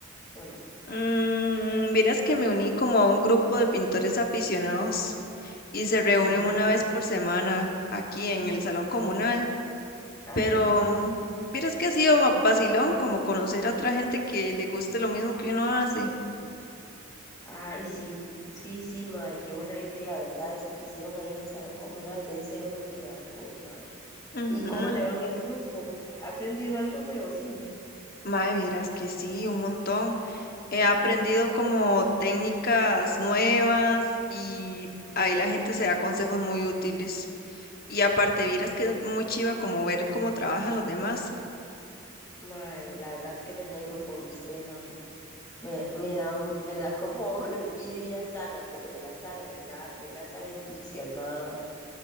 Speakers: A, on the left; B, on the left.
A: sola?
B: Mm, vieras que me uní como a un grupo de pintores aficionados y se reúnen
A: Mm,
B: una vez por semana aquí en el salón comunal.
A: ajá.
B: Pero mm, vieras que ha sido va- vacilón como conocer a otra gente que le guste lo mismo que uno hace.
A: Ay, sí, sí, sí, mae, qué buena idea, ¿verdad? Eso que hicieron ahí en el salón comunal debe ser motivador, mae.
B: Ujú.
A: ¿Y cómo le va en el grupo? ¿Ha aprendido algo nuevo? Sí.
B: Mae, vieras que sí, un montón. He aprendido como técnicas nuevas y ahí la gente se da consejos muy útiles. Y aparte, vieras que es muy chiva como ver cómo trabajan los demás.
A: Mae, la verdad es que me alegro por usted, man. Me, me da, un- me da como <laughs> envidia sana, pero la sana, ¿verdad? Verla tan entusiasmada.